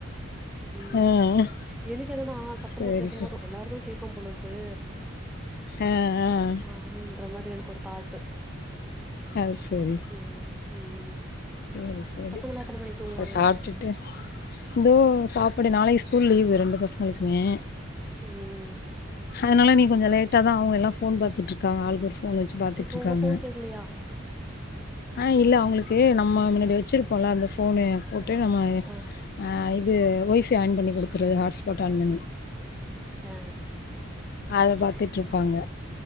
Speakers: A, in the centre; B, on the left (about 50°).
A: ம்
B: ஆ
A: எனக்கு என்னனா சத்தமா
B: சரி
A: பேசனா
B: சரி
A: எல்லாருக்கு கேக்கும் போலர்க்கு
B: ஆ ஆ
A: ஆ ஆன்ற மாரி எனக்கு ஒரு தாட்டு
B: அது சேரி
A: ம் ம்
B: ம் சரி
A: பசங்கலா எத்தன மணிக்கு தூங்குவாங்க
B: அப்ப சாப்ட்டு தோ சாப்பாடு நாளைக்கு ஸ்கூல் லீவு ரெண்டு பசங்களுக்குமே
A: ம்
B: அதனால நீ கொஞ்சம் லேட்டா தா ஆகும் எல்லாம் போன் பாத்துட்ருக்காங்க ஆளுக்கு ஒரு போன் போன் வச்சு பாத்துட்ருக்காங்க
A: இப்போ உங்க ஃபோன் கேக்கலையா
B: ஆ இல்ல அவங்களுக்கு நம்ம முன்னாடி வச்சிருப்போம்ல அந்த ஃபோனு போட்டு
A: ஆ
B: நம்ம
A: ஆ
B: ஆ இது ஒய் ஃபை ஆன் பண்ணி கொடுத்துருது ஹாட்ஸ்பாட் ஆன் பண்ணி
A: ஆ
B: அத பாத்துட்ருப்பாங்க